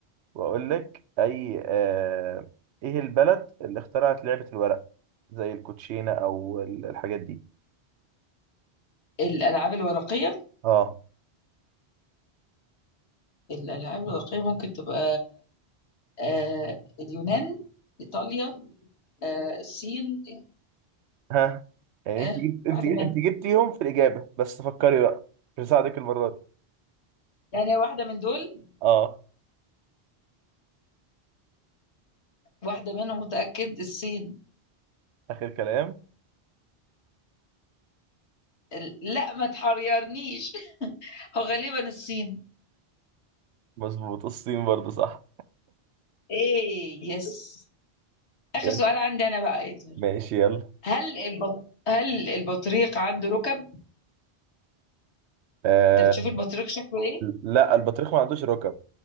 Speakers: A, on the right; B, on the left.
A: واقول لك اي آه ايه البلد اللي اخترعت لعبة الورق زي الكوتشينة او ال- الحاجات دي
B: الألعاب الورقية
A: اه
B: الألعاب الورقية ممكن تبقى آه اليونان ايطاليا آه الصين
A: <laughs> ها يعني
B: آه
A: انت جبت انت
B: واحده منهم
A: انت جبتيهم في الاجابة بس فكري بقى مش هساعدك المرة دي
B: يعني واحده من دول
A: اه
B: واحده منهم متاكد الصين
A: اخر كلام
B: ال- لا ما تحيرنيش هو غالبا الصين
A: مظبوط الصين برضه صح
B: ايه يس اخر
A: يلا.
B: سؤال عندي انا بقى يا زهر.
A: ماشي يلا
B: هل البط... هل البطريق عنده ركب
A: آه
B: انت بتشوف البطريق شكله ايه
A: لا البطريق ما عندوش ركب